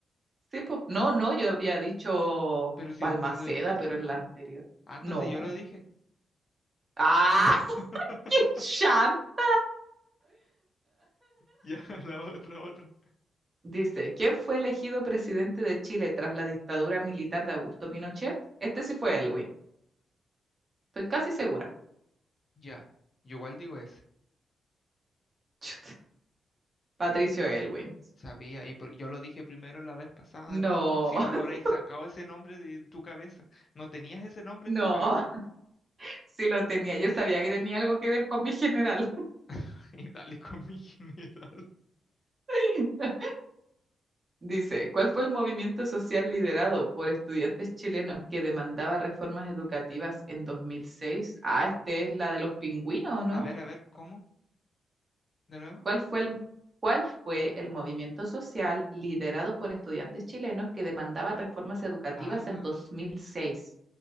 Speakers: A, on the right; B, on the left.
A: Sí, po. No, no, yo había dicho
B: Pero si
A: Balmaceda,
B: después lo dijiste
A: pero
B: o
A: en
B: no.
A: la anterior.
B: Ah, entonces
A: No.
B: yo lo dije.
A: ¡Ah!
B: <laughs>
A: <laughs> ¡Qué chanta!
B: Ya, la otra, otra.
A: Dice, ¿quién fue elegido presidente de Chile tras la dictadura militar de Augusto Pinochet? Este sí fue Elwin, estoy casi segura.
B: Ya. Yo igual digo ese.
A: Chut, Patricio Elwin.
B: Sabía. Y por- yo lo dije primero la vez pasada,
A: No,
B: además. Si no, no
A: <laughs>
B: habréis sacado ese nombre de tu cabeza. No tenías ese nombre
A: no,
B: en tu cabeza.
A: sí lo tenía, yo sabía que tenía algo que ver con mi general.
B: <laughs> Y dale con mi general.
A: <laughs> Dice, ¿cuál fue el movimiento social liderado por estudiantes chilenos que demandaba reformas educativas en 2006? Ah, este es la de los pingüinos, ¿no?
B: A ver, a ver, ¿cómo? ¿De nuevo?
A: ¿Cuál fue el, cuál fue el movimiento social liderado por estudiantes chilenos que demandaba reformas educativas
B: Ah,
A: en 2006?